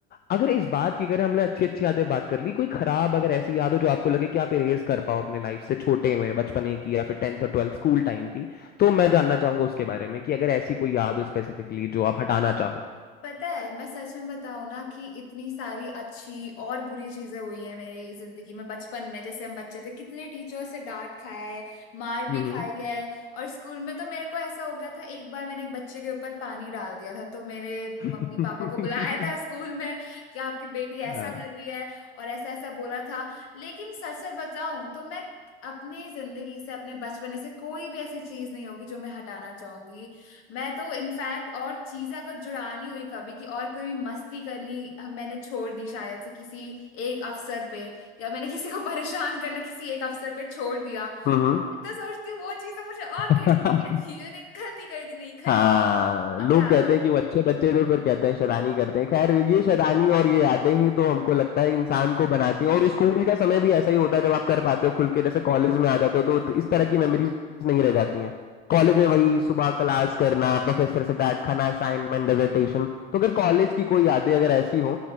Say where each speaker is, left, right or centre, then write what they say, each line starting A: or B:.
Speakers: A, on the left; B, on the left.
A: अगर इस बात की अगर हमने अच्छी अच्छी यादें बात कर ली कोई खराब अगर ऐसी याद हो जो आपको लगे कि आप इरेज कर पाओ अपने लाइफ से छोटे में बचपने की या फिर टेंथ और ट्वेल्थ स्कूल टाइम की तो मैं जानना चाहूंगा उसके बारे में कि अगर ऐसी कोई याद हो स्पेसिफिकली जो आप हटाना चाहो
B: पता है मैं सच में बताऊं ना कि इतनी सारी अच्छी और बुरी चीजें हुई है मेरी जिंदगी में बचपन में जैसे हम बच्चे थे कितने टीचर से डांट खाया है मार भी
A: हम्म
B: खाई है और स्कूल में तो मेरे को ऐसा हो गया था एक बार मैंने एक बच्चे के ऊपर पानी डाल दिया था तो मेरे
A: <laughs>
B: मम्मी पापा को बुलाया था स्कूल में कि आपकी बेटी ऐसा
A: हाँ
B: कर रही है और ऐसा ऐसा बोला था लेकिन सच सच बताऊं तो मैं अपनी जिंदगी से अपने बचपने से कोई भी ऐसी चीज नहीं होगी जो मैं हटाना चाहूंगी मैं तो इनफैक्ट और चीजें अगर जुड़ानी हुई कभी कि और कोई भी मस्ती करनी हम- मैंने छोड़ दी शायद से किसी एक अवसर पे या मैंने <laughs> किसी को परेशान करना किसी एक अवसर पे छोड़ दिया
A: हम्म
B: मैं तो सोचती हूँ वो चीजें मुझे और
A: <laughs>
B: करनी चाहिए थी मैंने गलती कर दी नहीं करी
A: हाँ
B: अब
A: लोग
B: याद
A: कहते
B: आ
A: हैं कि वो अच्छे बच्चे थे फिर कहते हैं शैतानी करते हैं खैर ये शैतानी और ये यादें ही तो हमको लगता है इंसान को बनाती हैं और स्कूल का समय भी ऐसा ही होता है जब आप कर पाते हो खुल के जैसे कॉलेज में आ जाते हो तो इस तरह की मेमोरीज नहीं रह जाती हैं कॉलेज में वही सुबह क्लास करना प्रोफेसर से डांट खाना असाइनमेंट डिसर्टेशन तो अगर कॉलेज की कोई यादें अगर ऐसी हो